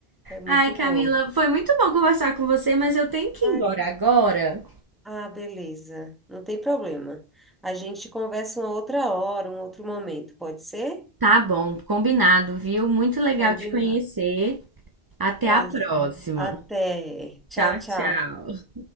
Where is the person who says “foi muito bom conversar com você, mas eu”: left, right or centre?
Right